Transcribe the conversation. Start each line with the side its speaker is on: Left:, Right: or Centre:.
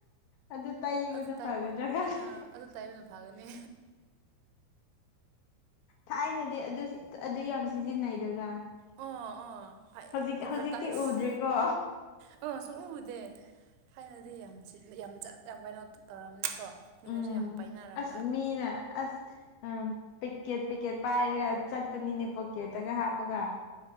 Left: ꯑꯗꯨ ꯇꯩꯕꯅ
Right: ꯑꯗꯨ ꯇꯥꯏ
Left: ꯐꯒꯗ꯭ꯔꯥ ꯈꯪꯗꯦ
Right: ꯑꯗꯨ ꯇꯥꯏꯕꯅ ꯐꯒꯅꯤ
Left: ꯊꯥꯏꯅꯗꯤ ꯑꯗꯨ ꯑꯗꯨ ꯌꯥꯝ ꯁꯤꯖꯤꯟꯅꯩꯗꯅ
Right: ꯑꯣ ꯑꯣ
Left: ꯍꯧꯖꯤꯛ
Right: ꯑꯦꯗꯚꯔꯇꯥꯏꯁ
Left: ꯍꯧꯖꯤꯛꯇꯤ ꯎꯗ꯭ꯔꯤꯀꯣ
Right: ꯑꯣ ꯁꯨꯡꯎ ꯎꯗꯦ ꯊꯥꯏꯅꯗꯤ ꯌꯥꯝ ꯌꯥꯝ ꯆꯠ ꯌꯥꯝ ꯀꯥꯏꯩꯅꯣ ꯇꯧꯔꯝꯅꯤꯀꯣ ꯃꯤꯅꯁꯨ
Left: ꯎꯝ
Right: ꯌꯥꯝ ꯄꯥꯏꯅꯔꯝꯕ
Left: ꯑꯁ ꯃꯤꯅ ꯑꯁ ꯎ ꯄꯦꯛꯀꯦꯠ ꯄꯦꯛꯀꯦꯠ ꯄꯥꯏꯔꯒ ꯆꯠꯄꯅꯤꯅꯦ ꯀꯦꯠꯇꯒ ꯍꯥꯞꯄꯒ